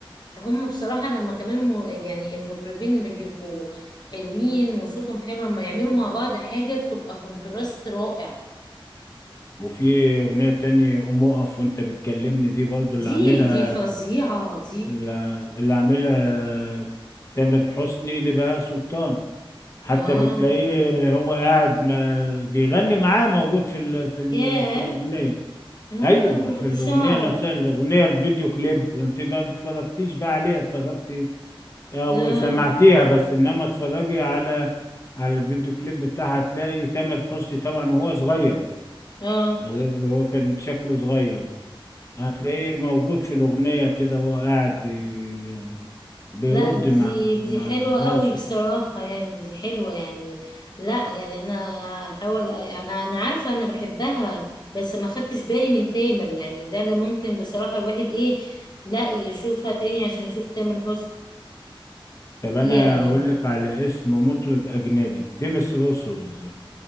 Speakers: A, on the left (about 50°); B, on the left (about 35°).
A: هم بصراحه لما كمان م- يعني المطربين اللي بيبقوا حلوين وصوتهم حلو لما يعملوا مع بعض حاجه بتبقى كونتراست رائع
B: وفي أغنية تانية قوم اقف وانت بتكلمني دي برضو اللي
A: دي
B: عاملها
A: دي فظيعة دي
B: اللي اللي عاملها تامر حسني لبهاء سلطان حتى
A: اه
B: بتلاقيه هو قاعد ما بيغني معاه موجود في ال في ال
A: ياه
B: في الأغنية
A: اه
B: ايوه
A: انا ما
B: ما في
A: كنتش
B: الأغنية
A: اعرف
B: نفسها الأغنية الفيديو كليب انت ما اتفرجتيش بقى عليها اتفرجتي او
A: اه
B: سمعتيها بس انما اتفرجي على على الفيديو كليب بتاعها هتلاقي تامر حسني طبعا وهو صغير
A: اه
B: غير اللي هو كان شكله صغير هتلاقيه موجود في الأغنية كده هو قاعد بي- بيرد
A: لا دي
B: مع مع
A: دي حلوة
B: ده
A: قوي بصراحة يعني دي حلوة يعني لا يعني انا هحاول انا انا عارفة انا بحبها بس ما خدتش بالي من تامر يعني ده اللي ممكن بصراحة الواحد ايه لا يشوفها تاني عشان يشوف تامر حسني
B: طب انا
A: فيها يعني
B: اقول لك على اسم مطرب اجنبي ديمس روسوز